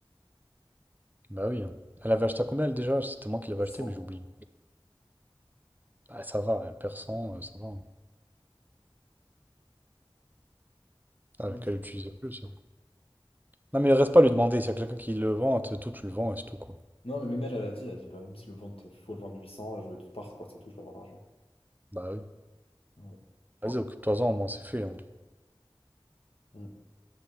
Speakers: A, on the right (about 20°); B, on the left (about 85°).
A: Bah oui. hein. Elle avait acheté à combien, elle, déjà? C'était moi qui l'avais
B: 900.
A: acheté, mais j'oublie. Bah, ça va, elle perd cent euh, ça va. hein. Ah,
B: Ouais,
A: qu'elle
B: c'est
A: l'utilisait
B: bon.
A: plus. hein. Non, mais il reste pas à lui demander. S'il y a quelqu'un qui le vend, t- tout, tu le vends et c'est tout, quoi.
B: Non, mais même elle, elle a dit, elle a dit, bah, même si le vente, faut le vendre 800, je veux qu'il parte, quoi, c'est tout, je vais avoir l'argent.
A: Bah oui.
B: Ouais.
A: Vas-y, occupe-toi-en, au moins, c'est fait. hein.
B: Mm.